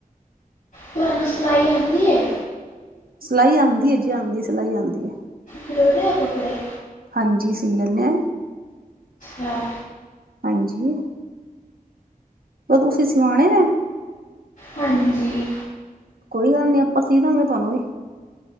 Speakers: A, on the left (about 70°); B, on the right (about 85°).
A: ਤੁਹਾਨੂੰ ਸਿਲਾਈ ਆਂਦੀ ਏ
B: ਸਿਲਾਈ ਆਂਦੀ ਏ ਜੀ ਆਂਦੀ ਸਿਲਾਈ ਆਂਦੀ ਏ
A: ਸਿਉਂਦੇ ਆ ਕੱਪੜੇ
B: ਹਾਂਜੀ ਸੀ ਲੈਂਨੇ ਆ
A: ਹਾਂ
B: ਹਾਂਜੀ ਤਾਂ ਤੁਸੀਂ ਸਿਵਾਣੇ ਨੇ
A: ਹਾਂਜੀ
B: ਕੋਈ ਗੱਲ ਨੀ ਆਪਾਂ ਸੀਦਾਂਗੇ ਤਾਨੂੰ ਵੀ